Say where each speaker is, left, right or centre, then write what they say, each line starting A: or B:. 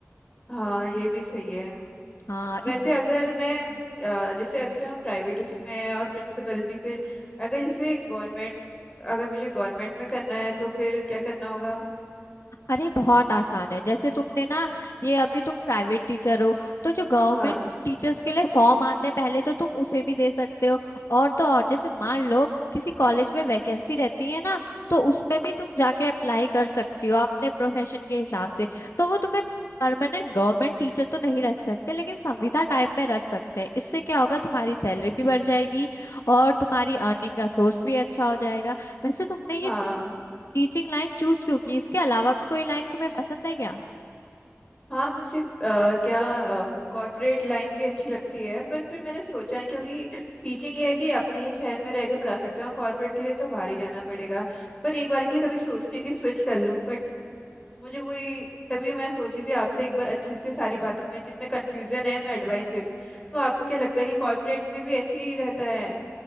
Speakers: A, on the left; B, on the left.
A: हाँ ये भी सही है
B: हाँ
A: वैसे
B: इस
A: अगर मैं
B: हम्म।
A: अ, जैसे अभी तो हम प्राइवेट उसमें हैं और प्रिंसिपल भी फिर अगर जैसे गवर्नमेंट अगर मुझे गवर्नमेंट में करना है तो फिर क्या करना होगा
B: अरे बहुत आसान है जैसे तुमने ना ये अभी तुम प्राइवेट टीचर हो तो जो गवर्नमेंट
A: हाँ
B: टीचर्स के लिए फॉर्म आते हैं पहले तो तुम उसे भी दे सकते हो और तो और जैसे मान लो किसी कॉलेज में वैकेंसी रहती है ना तो उसमें भी तुम जाके अप्लाई कर सकती हो अपने प्रोफेशन के हिसाब से तो वो तुम्हें परमानेंट गवर्नमेंट टीचर तो नहीं रख सकते लेकिन संविदा टाइप में रख सकते हैं इससे क्या होगा तुम्हारी सैलरी भी बढ़ जाएगी और तुम्हारी अर्निंग का सोर्स भी अच्छा हो जाएगा वैसे तुमने ये
A: हाँ
B: टीचिंग लाइन चूज क्यों की इसके अलावा भी कोई लाइन तुम्हें पसंद है क्या
A: हाँ मुझे अ, क्या अ, वो कॉर्पोरेट लाइन भी अच्छी लगती है पर फिर मैंने सोचा नहीं क्योंकि टीचिंग ये है कि अपने ही शहर में रह के पढ़ा सकते हैं और कॉर्पोरेट के लिए तो बाहर ही जाना पड़ेगा पर एक बार के लिए कभी सोचती हूँ कि स्विच कर लूँ बट मुझे वही तभी मैं सोची थी आपसे एक बार अच्छे से सारी बातों में जितने कंफ्यूजन है मैं एडवाइस ले लूं तो आपको क्या लगता है कि कॉर्पोरेट में भी ऐसे ही रहता है